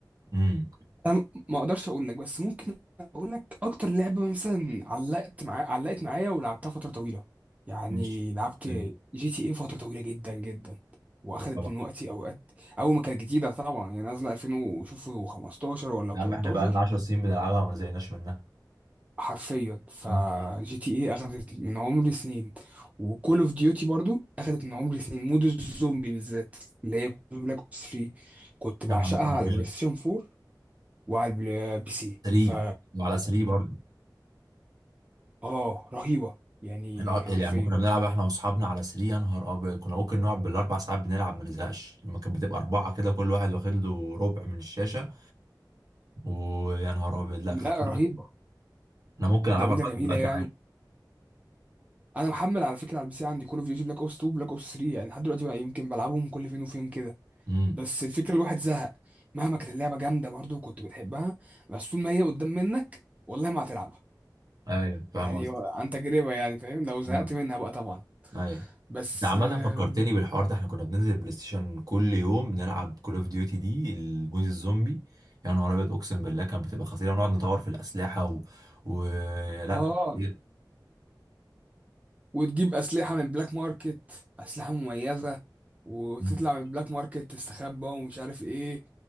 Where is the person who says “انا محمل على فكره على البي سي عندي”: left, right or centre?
Right